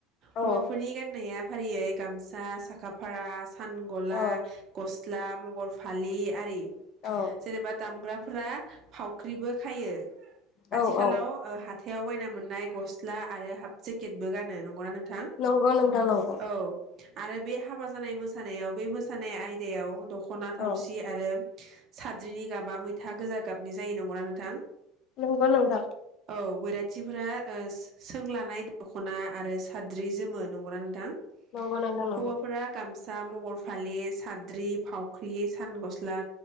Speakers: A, on the left; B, on the right.
A: औ
B: हौवाफोरनि गाननाया फारियै गामसा साखा फारा सानगला
A: औ
B: गस स्ला मगर फालि आरि
A: औ
B: जेनेबा दामग्राफोरा फावख्रिबो खायो ।
A: औ
B: आथिखालाव
A: औ
B: ओ हा थायाव बायना मोननाय ग स्ला आरो हाफ जेकेटबो गानो नंगौना नोंथां?
A: नंगौ नोंथां नंगौ ।
B: औ आरो बे हाबा जानाय मोसानायाव बे मोसानाय आयदायाव दख' खना थावसि
A: औ
B: आरो साद्रिनि गाबा मैथा गोजा गाबनि जायो नंगौना नोंथां?
A: नोंगौ नोंथां ।
B: औ बैराथिफोरा ओ सोंलानाय दख'ना आरो साद्रि जोमो नंगौना नोंथां?
A: नंगौ नोंथां नंगौ
B: हौवाफोरा गामसा सा मगर फालि साद्रि फावख्रि सान गस्ला